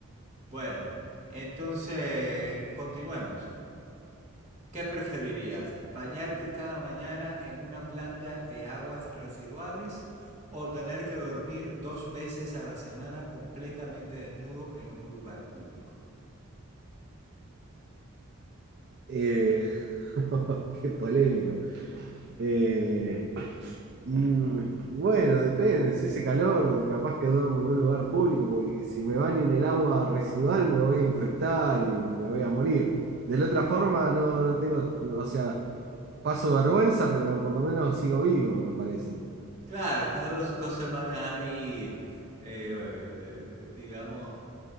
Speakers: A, on the right; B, on the right.
A: Bueno, entonces continuemos. ¿Qué preferirías? ¿Bañarte cada mañana en una planta de aguas residuales o tener que dormir dos veces a la semana completamente desnudo en un lugar público?
B: Eh, <laughs> Qué polémico. Eh, y, y bueno, depende, si hace calor, capaz que duermo en un lugar público, porque si me baño en el agua residual me voy a infectar y me voy a morir. De la otra forma, no, no tengo, o sea, paso vergüenza, pero no, por lo menos sigo vivo, me parece. <laughs>
A: Claro, estas dos, dos semanas ahí, eh, eh, eh, digamos,